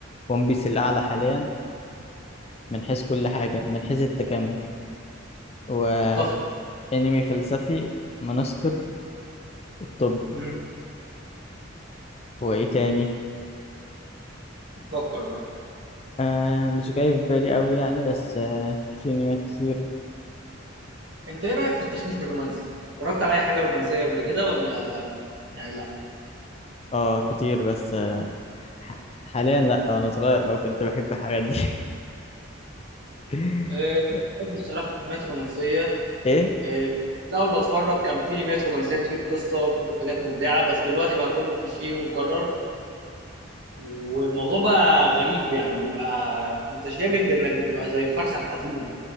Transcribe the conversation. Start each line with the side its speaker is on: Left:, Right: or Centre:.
Left: ون بيس الأعلى حاليا من حيث كل حاجة من حيث التكامل وأنمي
Right: اتفق
Left: فلسفي مانستر الطب
Right: مم.
Left: وإيه تاني
Right: فكر براحتك
Left: آه مش جاي في بالي أوي يعني بس آه في أنميات كتير
Right: انت ايه رايك في التصنيف الرومانسي اتفرجت على اي حاجه رومانسيه قبل كده ولا يعني لا
Left: اه كتير بس ح- حاليا لا وانا صغير اه كنت بحب الحاجات دي <laughs>
Right: أه، بحب بصراحة الأنميات الرومانسية
Left: ايه
Right: أه، الأول بتفرج كان في أنميات رومانسية بتيجي بقصة بتيجي بحاجات مبدعة بس دلوقتي بقى كله كليشيه ومكرر والموضوع بقى غريب يعني بيبقى متشابه بإنك بتبقى زي الفرخة الحزينة